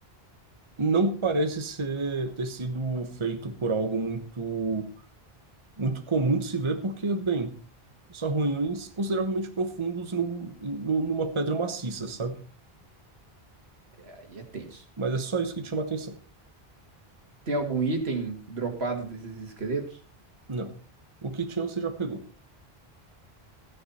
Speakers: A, on the right; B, on the right.
A: não parece ser ter sido feito por algo muito muito comum de se ver, porque, bem, São ruídos consideravelmente profundos num- num- numa pedra maciça, sabe?
B: É, Aí é tenso.
A: Mas é só isso que te chama atenção.
B: Tem algum item dropado desses esqueletos?
A: Não. O que tinha você já pegou.